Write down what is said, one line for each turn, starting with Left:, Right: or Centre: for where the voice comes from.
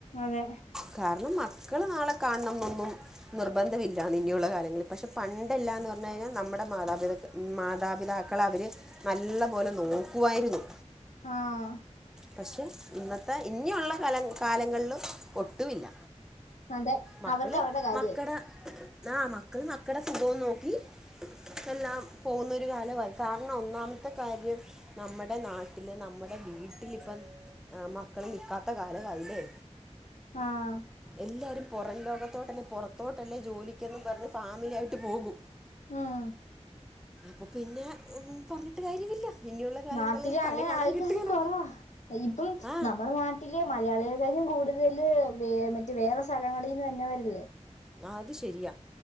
Left: അതെ
Centre: കാരണം മക്കള് നാളെ കാണണം എന്നൊന്നും നിർബന്ധമില്ലാന്ന് ഇനിയുള്ള കാലങ്ങളിൽ പക്ഷെ പണ്ടല്ലാന്ന് പറഞ്ഞു കഴിഞ്ഞാൽ നമ്മുടെ മാതാപിതക്ക മാതാപിതാക്കളവര് നല്ല പോലെ നോക്കുവായിരുന്നു
Left: ആഹ്
Centre: പക്ഷെ ഇന്നത്തെ ഇനിയുള്ള കലങ്ങ കാലങ്ങളില് ഒട്ടുവില്ല
Left: അതെ
Centre: മക്കള്
Left: അവർക്ക് അവരുടെ കാര്യായി
Centre: മക്കടെ ആഹ് മക്കള് മക്കട സുഖോം നോക്കി എല്ലാം പോകുന്നൊരു കാലവായി കാരണം ഒന്നാമത്തെ കാര്യം നമ്മുടെ നാട്ടില് നമ്മുടെ വീട്ടില് ഇപ്പം മക്കള് നിക്കാത്ത കാലവായില്ലേ
Left: ആഹ്
Centre: എല്ലാരും പുറം ലോകത്തോട്ടല്ലേ പുറത്തോട്ടല്ലേ ജോലിക്കെന്നും പറഞ്ഞ് ഫാമിലി ആയിട്ട് പോകും
Left: ഉം
Centre: അപ്പൊ പിന്നെ ഒന്നും പറഞ്ഞിട്ട് കാര്യമില്ല ഇനിയുള്ള കാലങ്ങളിൽ
Left: നാട്ടില് അങ്ങനെ
Centre: കണി കാണാൻ
Left: ആൾക്കാര്
Centre: കിട്ടുകേല
Left: കൊറവാ ഇപ്പം
Centre: ആ
Left: നമ്മട നാ ട്ടില് മലയാളികളെകാട്ടിലും കൂടുതല് മറ്റ് വേറെ സ്ഥലങ്ങളിന്ന് വര്ന്നവരല്ലേ
Centre: അത് ശരിയാ